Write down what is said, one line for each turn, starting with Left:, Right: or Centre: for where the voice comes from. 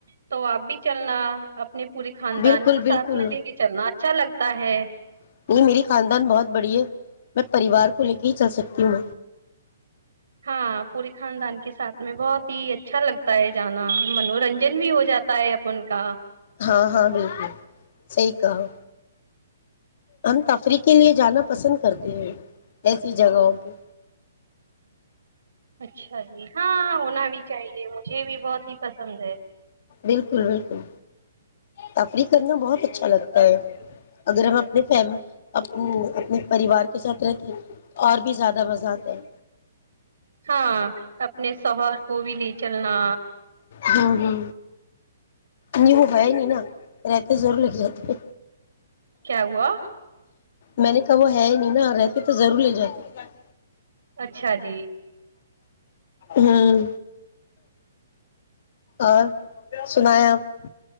Right: تو اب بھی چلنا اپنی پورے خاندان
Left: بالکل
Right: کو
Left: بالکل
Right: ساتھ میں لے کے چلنا اچھا لگتا ہے
Left: نہیں میری خاندان بہت بڑی ہے میں پریوار کو لے کے ہی چل سکتی ہوں
Right: ہاں پوری خاندان کے ساتھ میں بہت ب ہی اچھا لگتا ہے جانا منورنجن بھی ہو جاتا ہے اپن کا
Left: ہاں ہاں بالکل صحی کہا ہم تفریح کے لیے جانا پسند کرتے ہیں ایسی جگہوں پہ
Right: اچھا جی ہاں ہونا بھی چاہیے مھے بھی بہت ہی پسند ہے
Left: بالکل بالکل تفریح کرنا بہت اچھا لگتا ہے اگر ہم اپنے فی اپنے پریوار کے ساتھ رہتے ہیں تو اور بھی زیادہ مزہ آتا ہے
Right: ہاں اپنے سہر کو بھی لی چلنا
Left: ہ ہ نہیں وہ ہے نہیں نا رہتے زور لگ جاتے
Right: کیا ہوا
Left: میں نے کہا وہ ہے ہی نہیں نا رہتی تو ضرور لے جات
Right: اچھا جی
Left: ھمم اور سنا ہے آپ